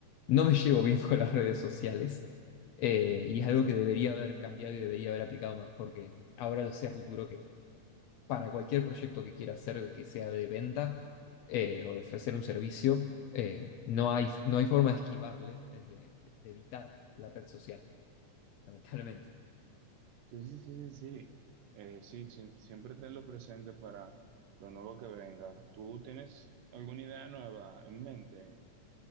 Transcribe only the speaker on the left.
no me llevo bien <laughs> con las redes sociales eh, y es algo que debería haber cambiado y debería haber aplicado más porque ahora lo sé a futuro que para cualquier proyecto que quiera hacer, que sea de venta eh, o de ofrecer un servicio, eh, no hay, no hay forma de esquivarle, eh, de de- de evitar la red social, lamentablemente.